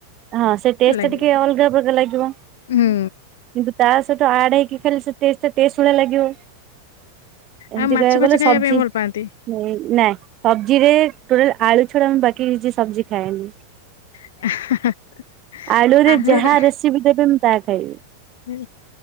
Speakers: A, on the right; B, on the left.
A: ହଁ ସେ ଟେଷ୍ଟ
B: ହେଲା
A: ଟା ଟିକେ
B: କି।
A: ଅଲଗା ପ୍ରକାର ଲାଗିବ। କିନ୍ତୁ
B: ହୁଁ
A: ତା ସହିତ ଆଡ ହେଇକି ଖାଇଲେ ସେ ଟେଷ୍ଟ୍ ଟା ଟେଷ୍ଟ ଭଳିଆ ଲାଗିବ। ଏମିତି
B: ଆଉ ମାଛ
A: କହିବାକୁ ଗଲେ
B: ଫାଛ
A: ସବଜି।
B: ଖାଇବା ପାଇଁ ଭଲ ପାଆନ୍ତି
A: ହୁଁ ନାଇ ସବଜି ରେ ଟୋଟାଲ ଆଳୁ ଛଡା ମୁଁ ବାକି କିଛି ସବଜି ଖାଏନି।
B: <unintelligible>
A: ଆଳୁରେ
B: ଆହୁରି
A: ଯାହା ରେସିପି ଦେବେ ମୁଁ ତାହା ଖାଇବି।
B: ହେ